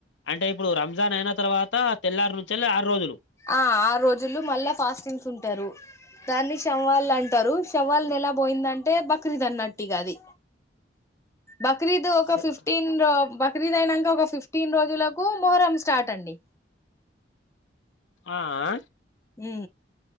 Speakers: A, on the left; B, on the left.
A: అంటే ఇప్పుడు రంజాన్ అయిన తర్వాత తెల్లారు నుంచి ఆరు రోజులు
B: ఆ ఆ రోజులు మళ్ళా ఫాస్టింగ్స్ ఉంటారు దాన్ని షవల్ అంటారు షవల్ నెల పోయిందంటే బక్రీద్ అన్నట్టిగా అది బక్రీద్ ఒక
A: శ-
B: ఫిఫ్టీన్ బ బక్రీదు అయినాక ఒక ఫిఫ్టీన్ రోజులకు మొహరం స్టార్ట్ అండి
A: ఆ ఆ
B: హూ